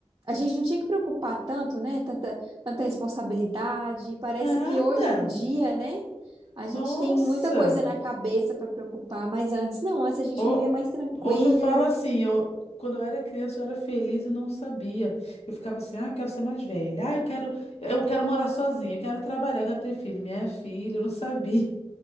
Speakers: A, on the right; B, on the left.
A: a gente não tinha que preocupar tanto, né? Tanta, tanta responsabilidade. E Parece
B: Nada.
A: que hoje em dia, né? A
B: Nossa.
A: gente tem muita coisa na cabeça para preocupar, mas antes não, antes a gente
B: Ho-
A: vivia mais tranquilo.
B: hoje eu falo assim, eu, quando eu era criança eu era feliz e não sabia. Eu ficava assim, ah, eu quero ser mais velha. Ah, eu quero, eu quero morar sozinha, eu quero trabalhar, eu quero ter filho. Minha filha, eu não sabia.